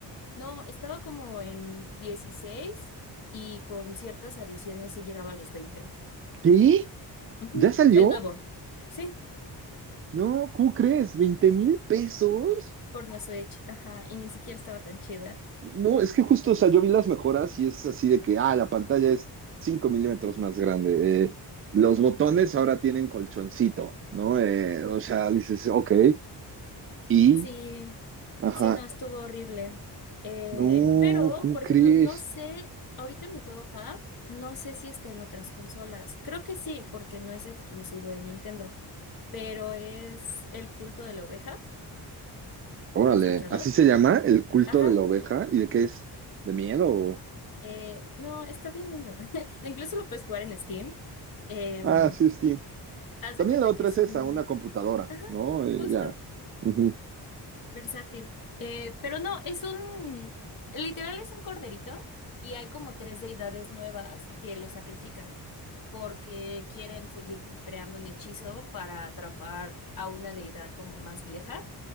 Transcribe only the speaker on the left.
No, estaba como en 16 y con ciertas adiciones sí llegaba a los 20.
Ujú.
El nuevo. sí
por una Switch, ajá, y ni siquiera estaba tan chida.
Sí,
sí, no, estuvo horrible. Eh,
pero,
por
ejemplo, no sé, ahorita mi juego Fab, no sé si está en otras consolas. Creo que sí, porque no es exclusivo de Nintendo, pero es El culto de la oveja.
¿Lo has escuchado?
Ajá.
Eh, no, está bien lindo. <laughs> Incluso lo puedes jugar en Steam. Em,
haz
de cuenta
que es
un...
Ajá,
justo.
Versátil. Eh, pero no, es un, literal es un corderito y hay como tres deidades nuevas que lo sacrifican porque quieren seguir como creando un hechizo para atrapar a una deidad como más vieja.